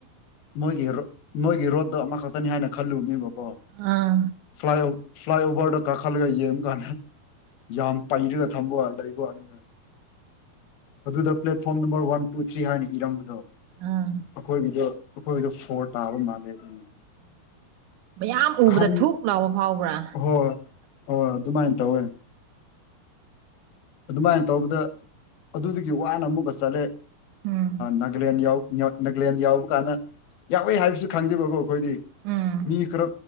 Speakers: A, on the left; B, on the right.
A: ꯃꯒꯤꯔꯣ ꯅꯣꯏꯒꯤ ꯔꯣꯠꯇ ꯑꯃꯈꯛꯇꯅꯤ ꯍꯥꯏꯅ ꯈꯜꯂꯨꯕꯅꯦꯕꯀꯣ
B: ꯑꯥ
A: ꯐ꯭ꯂꯥꯏ ꯐ꯭ꯂꯥꯏ ꯑꯣꯚꯔꯗ ꯀꯥ ꯈꯜꯒꯥꯏ ꯀꯥꯟ ꯌꯥꯝ ꯄꯩꯔꯒ ꯊꯝꯕ ꯂꯩꯕ ꯋꯥꯅꯤ ꯑꯗꯨꯗ platform number one two three ꯍꯥꯏꯅ ꯏꯔꯝꯕꯗꯣ
B: ꯑꯥ
A: ꯑꯩꯈꯣꯏꯒꯤꯗꯣ ꯑꯩꯈꯣꯏꯒꯤꯗꯣ ꯐꯣꯔ ꯇꯥꯕ ꯃꯥꯜꯂꯦ ꯑꯗꯨꯅ
B: ꯌꯥꯝ ꯎꯕꯗ
A: ꯑꯍꯟ
B: ꯊꯨꯛ ꯂꯥꯎꯕ ꯐꯥꯎꯕ꯭ꯔꯥ
A: ꯍꯣꯏ ꯍꯣꯏ ꯑꯗꯨꯃꯥꯏꯅ ꯇꯧꯋꯦ ꯑꯗꯨꯃꯥꯏꯅ ꯇꯧꯕꯗ ꯑꯗꯨꯗꯨꯒꯤ ꯋꯥꯅ ꯑꯃꯨꯛꯀ ꯆꯠꯂꯦ
B: ꯎꯝ
A: ꯅꯥꯒꯂꯦꯟ ꯅꯥꯒꯂꯦꯟ ꯌꯥꯎꯕ ꯀꯥꯟꯗ ꯌꯥꯎꯋꯦ ꯍꯥꯏꯕꯁꯨ ꯈꯪꯗꯦꯕꯀꯣ ꯑꯩꯈꯣꯏꯗꯤ
B: ꯎꯝ
A: ꯃꯤ ꯈꯔ